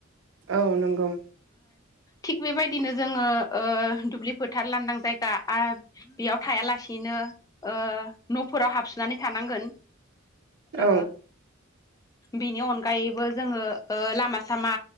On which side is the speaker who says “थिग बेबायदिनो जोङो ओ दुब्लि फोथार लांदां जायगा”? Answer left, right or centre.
Left